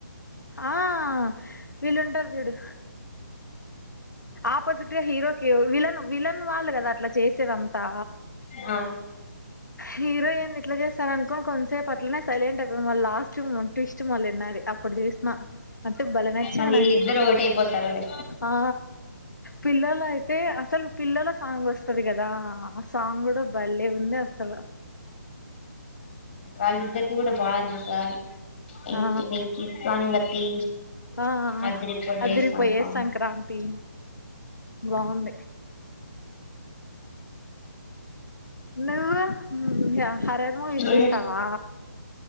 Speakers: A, on the left (about 85°); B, on the left (about 30°).
A: ఆ వీళ్ళుంటారు చూడు ఆపోజిట్ గా హీరోకి విలన్ విలన్ వాళ్ళు కదా అట్లా చేసేదంతా
B: ఆ
A: హీరో ఏన్ని ఇట్లా చేస్తారు అనుకోని కొంచం సేపు అట్లనే సైలెంట్ అయి మళ్ళీ లాస్ట్ ట్విస్ట్ మళ్ళీ విన్నన్నారు అప్పుడు చేసినమా అటి బలమెచ్చింద
B: మళ్ళీ
A: నాకుపోతే
B: వీళ్ళిద్దరు ఒకటైపోతారులే
A: ఆ పిల్లల అయితే అసలు పిల్లల సాంగ్ వస్తుది కదా ఆ సాంగ్ కూడా బాల్లే ఉంది అసలా
B: కళ్లి ఇద్దరు త కూడా బాన్నా సార్ ఏంటింటి
A: ఆ
B: వెంకి సంగతి
A: ఆ
B: అదిరిపోద్దే
A: అదిరిపోయే
B: సాంగ్ పాపం
A: సంక్రాంతి బాగుంది నువ్ హారర్ మూవీస్
B: నేను
A: చూస్తావా